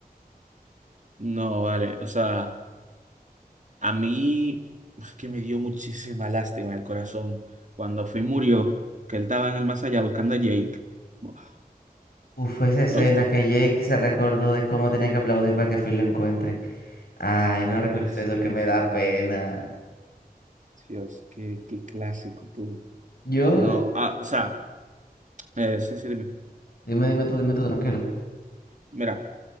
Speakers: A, on the right (about 50°); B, on the left (about 75°).
A: No, vale. O sea, a mí es que me dio muchísima lástima en el corazón cuando Finn murió, que él estaba en el más allá buscando a Jake. Buah,
B: Uf, esa escena
A: ¿Lo viste?
B: que Jake se recordó de cómo tenía que aplaudir para que Phil lo encuentre. Ay, no
A: Ay,
B: recuerdes
A: sí,
B: eso, que me
A: sí.
B: da pena.
A: Dios, qué, qué clásico tú.
B: Yo,
A: No,
B: eh,
A: ah, o sea, eh, sí, sí, dime.
B: dime, dime tú, dime tú, tranquilo.
A: Mira,